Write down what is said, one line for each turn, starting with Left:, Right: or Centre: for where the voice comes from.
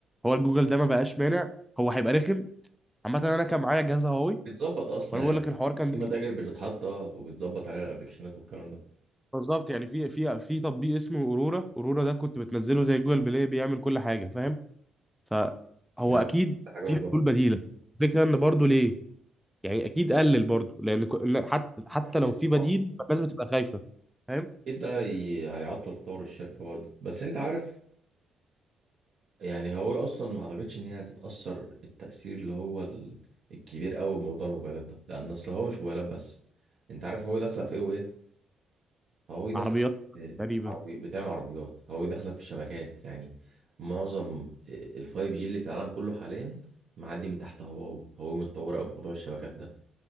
Centre: هو الجوجل ده ما بقاش مانع هو هيبقى رخم عامه انا كان معايا جهاز هواوي
Right: بتظبط اصلا
Centre: وانا
Right: يعني
Centre: بقول لك الحوار كان
Right: في
Centre: ده
Right: متاجر بتتحط اه وبتظبط عليها الابلكيشنات والكلام ده
Centre: بالظبط يعني في في في تطبيق اسمه اورورا اورورا ده كنت بتنزله زي جوجل بلاي بيعمل كل حاجه فاهم فهو
Right: يعني
Centre: اكيد
Right: ده حاجه
Centre: في
Right: والبرامج
Centre: حلول بديله الفكره ان برضو ليه يعني اكيد قلل برضو لان ك- لا، حتى حتى
Right: اكيد
Centre: لو في بديل
Right: طبعاً.
Centre: فالناس بتبقى خايفه فاهم
Right: اكيد ده هي- هيعطل تطور الشركه برضه بس انت عارف يعني هو اصلا ما اعتقدش ان هي هتتاثر التاثير اللي هو ال- الكبير قوي بموضوع الموبايلات ده لان اصل هو مش موبايلات بس انت عارف هو داخله في ايه وايه هواوي داخلة
Centre: عربيات
Right: آه،
Centre: تقريبا
Right: عربي بتعمل عربيات هواوي داخلة في الشبكات يعني معظم الفايف جي اللي في العالم كله حاليا معدي من تحت هواوي هواوي متطورة أوي في موضوع الشبكات ده